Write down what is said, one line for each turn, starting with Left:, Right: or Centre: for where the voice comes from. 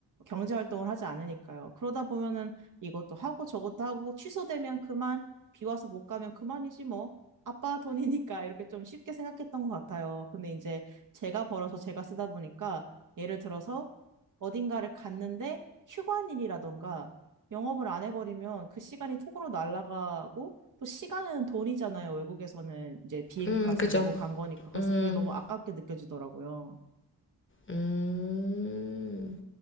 Right: 경제활동을 하지 않으니까요. 그러다 보면은 이것도 하고 저것도 하고 취소되면 그만, 비 와서 못 가면 그만이지 뭐. 아빠 돈이니까 이렇게 좀 쉽게 생각했던 것 같아요. 근데 이제 제가 벌어서 제가 쓰다 보니까 예를 들어서 어딘가를 갔는데 휴관일이라던가 영업을 안 해버리면 그 시간이 톡으로 날아가고 또 시간은 돈이잖아요. 외국에서는 이제 비행기
Left: 음,
Right: 값을
Left: 그죠.
Right: 내고 간 거니까. 그래서
Left: 음,
Right: 그게 너무 아깝게 느껴지더라고요.
Left: 음.